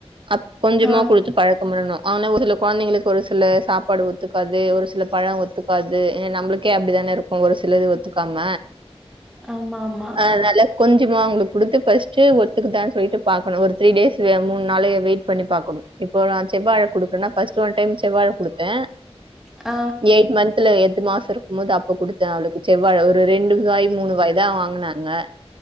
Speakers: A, on the right (about 50°); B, in the centre.
A: அப் கொஞ்சமா
B: ஆ.
A: குடுத்து பழக் பழக்கோ பண்ணனு ஆனா ஒரு சில கொழந்தைங்களுக்கு ஒரு சில சாப்பாடு ஒத்துக்காது ஒரு சில பழோ ஒத்துக்கா து நம்ளுக்கே அப்டிதான இருக்கு ஒரு சிலது ஒத்துக்காம
B: ஆமா ஆமா
A: அதுனால கொஞ்சமா அவங்ளுக்கு குடுத்து ஃபஸ்ட்டு ஒத்துக்குதான் சொல்லிட்டு பாக் கணு ஒரு த்ரீடேஸு மூன் நாளு வெயிட் பண்ணி பாக்கணு இப்போ நா செவ்வாழ குடுக்குறேனா ஃபர்ஸ்டு ஒன் டைம் செவ்வாழ குடுத்தே
B: ஆ
A: எய்ட் மந்த் துல எட்டு எது மாசோ இருக்கும் போது அப்ப குடுத்தே அவளுக்கு செவ்வாழ ஒரு ரெண்டு காய் மூணு காய் தா வாங்குனாங்க